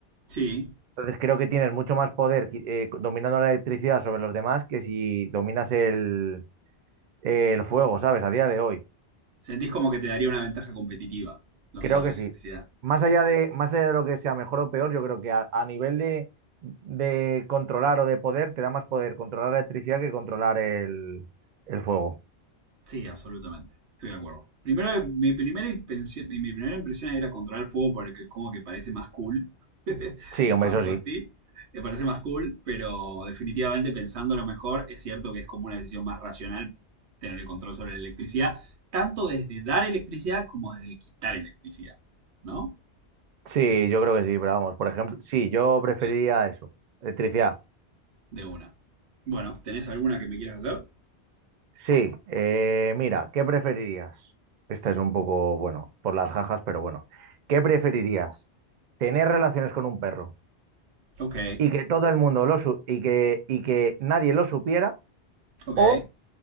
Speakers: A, on the right; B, on the right.
A: Sí,
B: Entonces creo que tienes mucho más poder eh, dominando la electricidad sobre los demás que si dominas el, el fuego, ¿sabes? A día de hoy.
A: Sentís como que te daría una ventaja competitiva dominar
B: Creo que
A: la electricidad.
B: sí. Más allá de, más allá de lo que sea mejor o peor, yo creo que a, a nivel de, de controlar o de poder, te da más poder controlar la electricidad que controlar el, el fuego.
A: Sí, absolutamente. Estoy de acuerdo. Primero, mi primera impresión, mi primera impresión era controlar el fuego porque como que parece más cool. <laughs>
B: Sí, hombre,
A: o algo
B: eso sí.
A: así. Me parece más cool, pero definitivamente pensándolo mejor, es cierto que es como una decisión más racional tener el control sobre la electricidad, tanto desde dar electricidad como desde quitar electricidad. ¿No?
B: Sí,
A: Eso está.
B: yo creo que sí, pero vamos, por ejemplo, sí, yo preferiría
A: sí,
B: eso, electricidad.
A: de una. Bueno, ¿tenés alguna que me quieras hacer?
B: Sí, eh, mira, ¿qué preferirías? Esta es un poco, bueno, por las jajas, pero bueno. ¿Qué preferirías? ¿Tener relaciones con un perro
A: Ok,
B: y que todo el mundo lo su- y que, y que nadie lo supiera
A: ok.
B: o